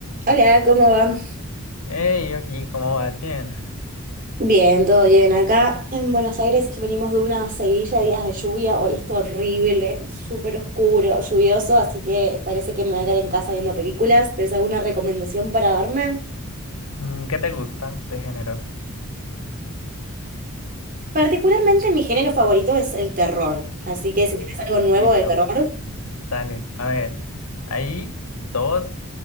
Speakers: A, on the right; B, on the left.
A: Hola, ¿cómo va?
B: Hey, ¿y cómo vas? Bien.
A: Bien, todo bien. Acá en Buenos Aires venimos de una seguidilla de días de lluvia. Hoy es horrible, súper oscuro, lluvioso, así que parece que me voy a quedar en casa viendo películas. ¿Tenés alguna recomendación para darme?
B: Mm, ¿Qué te gusta de género?
A: Particularmente mi género favorito es el terror, así que
B: Uh,
A: si tienes algo nuevo
B: Listo.
A: de terror,
B: listo. Dale, a ver. Hay dos